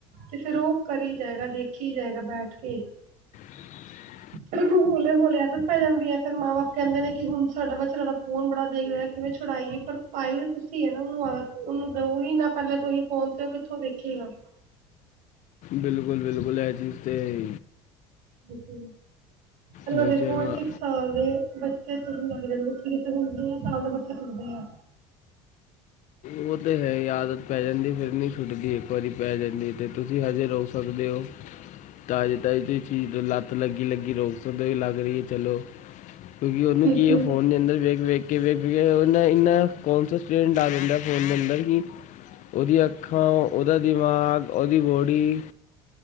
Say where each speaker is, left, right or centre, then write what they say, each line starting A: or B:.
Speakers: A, on the right; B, on the left.
A: ਤੇ ਫਿਰ ਉਹ ਕਰੀ ਜਾਏਗਾ ਦੇਖੀ ਜਾਏਗਾ ਬੈਠ ਕੇ।
B: ਹ <unintelligible>
A: ਹ ਹੋਲੇ-ਹੋਲੇ ਆਦਤ ਪੈ ਜਾਂਦੀ ਆ। ਫਿਰ ਮਾਂ-ਬਾਪ ਕਹਿੰਦੇ ਨੇ ਕਿ ਹੁਣ ਸਾਡਾ ਬੱਚਾ ਰੜਾ ਫੋਨ ਬੜਾ ਦੇਖ ਰਿਹਾ, ਕਿਵੇਂ ਛੁਡਾਈਏ ਪਰ ਪਾਏ ਓ ਜ ਤੁਸੀਂ‌ ਉਹਨੂੰ ਆ ਉਹਨੂੰ ਦਊ ਹੀ ਨਾ ਪਹਿਲਾਂ ਤੁਸੀਂ ਫੋਨ ਤੇ ਉਹ ਕਿੱਥੋਂ ਵੇਖੇਗਾ।
B: ਬਿਲਕੁਲ - ਬਿਲਕੁਲ, ਇਹ ਚੀਜ਼ ਤੇ ਐ।
A: ਕ ਇਹਾਂ
B: ਬੱਚੇ
A: ਦੇਖੋ
B: ਨੂੰ
A: ਇੱਕ-ਇੱਕ ਸਾਲ ਦੇ ਬੱ- ਚੇ ਤੁਰਨ ਲੱਗਦੇ ਬੱਚੇ ਕਿ ਹੁੰਦੇ ਆ ਚ ਬੱਚੇ ਤੁਰਦੇ ਆ।
B: ਉਹ ਤਾਂ ਹੈ ਆਦਤ ਪੈ ਜਾਂਦੀ ਫਿਰ ਨਹੀਂ ਛੁੱਟਦੀ। ਇੱਕ ਵਾਰੀ ਪੈ ਜਾਂਦੀ ਤੇ ਤੁਸੀਂ ਹਜੇ ਰੋਕ ਸਕਦੇ ਹੋ। ਤਾਜ਼ੀ-ਤਾਜ਼ੀ ਤੇ ਚੀਜ਼ ਲੱਤ ਲੱਗੀ ਲੱਗੀ ਰੋਕ ਸਕਦੇ ਵੀ ਲੱਗ ਰਹੀ ਹੈ ਚੱਲੋ ਕਿਉਂਕਿ ਉਹਨੂੰ
A: ਬਿਲਕੁਲ
B: ਕੀ ਇਹ ਫੋਨ ਦੇ ਅੰਦਰ ਵੇਖ ਵੇਖ ਕੇ ਵੇਖ ਵੇਖ ਕੇ ਉਹਦਾ ਇੰਨਾ ਕੌਨਸ ਸਟੂਡੈਂਟ ਆ ਜਾਂਦਾ ਫੋਨ ਨੰਬਰ ਕੀ। ਉਹਦੀਆਂ ਅੱਖਾਂ, ਉਹਦਾ ਦਿਮਾਗ, ਉਹਦੀ ਬੋਡੀ,